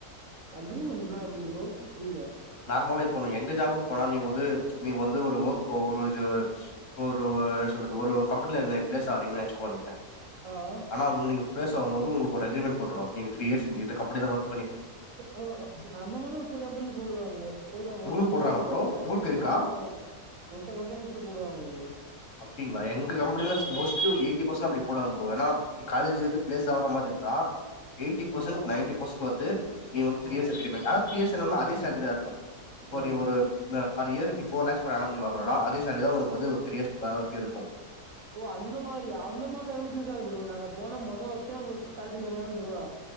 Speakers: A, on the right; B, on the left.
A: அக்ரிமெண்ட்னா எப்டி ப்ரோ புரியலே
B: நார்மலா இப்பொ ந எங்க ஜாபுக் போனாலு நீ வந்து நீ வந்து ஒரு ஒர்க் போ ஒரு ஜோ ஒரு வ என்ன சொல்றது ஒரு கம்பெனில நெ பிளேஸ் ஆகுறீங்கனு வச்சுக்கோ நீங்க
A: ஆஹ்
B: ஆன உங்க நீங்க ப்ளேஸ் ஆகும் போது உங்களுக்கு ஒரு அக்ரிமெண்ட் போட்ருவாங்க நீங்க த்ரீ இயர்ஸ் இங்க இந்த கம்பனிதா வொர்க்
A: ஆ அந்த மாரி ஒரு சில கம்பெனில போடுவாங்க போடுவாங்க
B: உங்களுக்கு
A: ஒருசில கம்பெனில
B: போடுறாங்களா
A: போடுவாங்க
B: ப்ரோ உங்களுக்கு இருக்கா
A: ஆஹ் போடுவாங்க ஒரு சில கம்பெனீஸ்ல போடுவாங்க ப்ரோ
B: அப்டிங்களா எங்க கம்பெனில மோஸ்ட்லீ ஒரு எய்ட்டீ பெர்சன்ட் அப்டி போடுவாங்க ப்ரோ ஏனா இ காலேஜிலந்து பிளேஸ் ஆவுற மாரி இருந்தா எயிட்டி ஃப்ரசன்ட்
A: ஆ
B: நைன்டி ஃப்ரசன்ட் வந்து நீ வந்து த்ரீ
A: ஆ
B: இயர் அக்ரீமன்ட் ஆனா த்ரீ இயர்ஸ் ஆனானா அதே சேலரீதா இருக் இப்போ
A: ஆ
B: நீ ஒரு த பெர் இயருக் போர் லேக்ஸ் பெர் ஆனம் வாங்குறனா அதே சேலரிதா உனக்கு வந்து ஒரு த்ரீ இயர்ஸ் பே வரைக்கு இருக்கு
A: ஓ அந்த மாரியா அந்த மாரிலா எங்களுக்கு இருக்காது ப்ரோ நாங்க போன மொத வருஷோ எங்களுக்கு சேலரி கம்மியாதா தருவா